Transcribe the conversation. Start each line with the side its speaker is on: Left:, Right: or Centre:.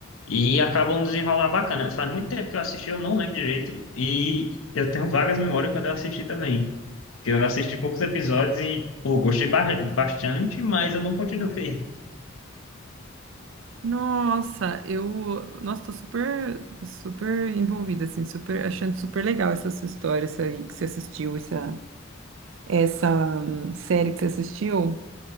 Left: E acaba um desenrolar bacana. Faz muito tempo que eu assisti, eu não lembro direito, e eu tenho vagas memórias quando eu assisti também. Porque eu assisti poucos episódios e, pô, gostei ba- bastante, mas eu não continuei.
Right: Nossa, eu, nossa, tô super, super envolvida, assim, super, achando super legal essa sua história, essa aí que você assistiu, essa, essa hum, série que você assistiu,